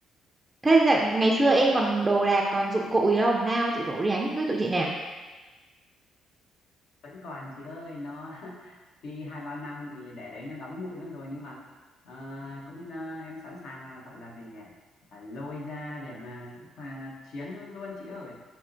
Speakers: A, on the right; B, on the left.
A: thế dạ- ngày xưa em còn đồ đạc còn dụng cụ gì không nào chị rủ đi đánh với tụi chị nè
B: vẫn còn chị ơi nó <laughs> tuy hai ba năm thì để đấy nó đóng bụi mất rồi nhưng mà à, cũng à, em sẵn sàng à, gọi là gì nhỉ à, lôi ra để mà sẵn sàng à, chiến luôn chị ơi